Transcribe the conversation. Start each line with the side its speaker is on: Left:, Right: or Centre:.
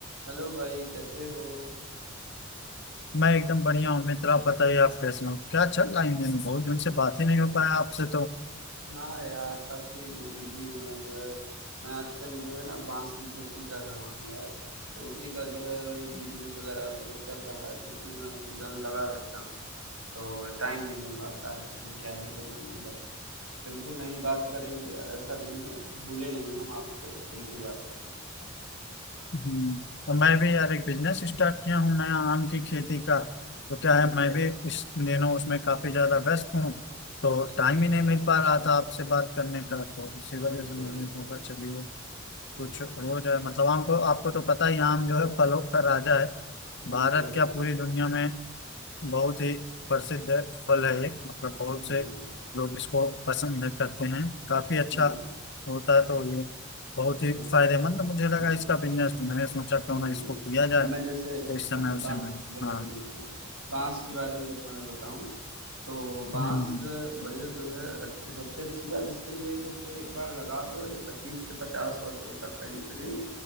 Right: Hello भाई कैसे हो
Left: मैं एकदम बढ़िया हूँ मित्र आप बताइए आप कैसे हो क्या चल रहा है इन दिनों बहुत दिन से बात ही नहीं हो पाया आपसे तो
Right: ना यार काफ़ी बिजी हूँ मैं जो है मैं आजकल जो है ना बांस की खेती कर रहा हूँ यार तो उसी का जो है वही बिजनेस वगैरह मतलब चल रहा है तो उसी में मैं दम लगा रहता हूँ तो टाइम नहीं मिल पाता है तो फिर क्या ही करूँ मतलब बिल्कुल नहीं बात करेंगे यार ऐसा नहीं है भूले नहीं हम आपको बिल्कुल बात करेंगे
Left: हम्म, और मैं भी यार एक बिजनेस स्टार्ट किया हूँ नया आम की खेती का तो क्या है
Right: अच्छा
Left: मैं
Right: अच्छा
Left: भी इस दिनों उसमें काफी ज्यादा व्यस्त हूँ तो
Right: अच्छा
Left: टाइम
Right: अच्छा
Left: ही नहीं मिल पा रहा था आपसे बात करने का तो इसी वजह
Right: बिल्कुल
Left: से मैंने
Right: बिल्कुल
Left: सोचा चलिए
Right: बिल्कुल
Left: कुछ हो जाए मतलब आपको आपको तो पता ही है, आम जो है फलों का राजा है
Right: बिल्कुल
Left: भारत
Right: बिल्कुल
Left: क्या पूरी दुनिया में बहुत ही प्रसिद्ध फल है ये मतलब बहुत
Right: हम्म
Left: से लोग इसको पसंद करते हैं काफी अच्छा
Right: जी जी
Left: होता है तो ये बहुत ही
Right: बिल्कुल
Left: फायदेमंद मुझे लगा
Right: हम्म
Left: इसका बिजनेस तो मैंने सोचा क्यों
Right: जी,
Left: ना इसको किया जाए
Right: अब मैं
Left: तो
Right: जैसे
Left: इस
Right: हाँ,
Left: समय उसे
Right: बा
Left: में हूँ।
Right: बिल्कुल,
Left: हाँ
Right: बिल्कुल। बाँस के बारे में जैसे मैं बताऊँ, तो बाँस
Left: हम्म हम्म,
Right: बढ़िया जो है अ, सबसे अच्छी बात इसके लिए है कि इसको एक बार लगा दो और ये 25 से 50 वर्षों तक करीब-करीब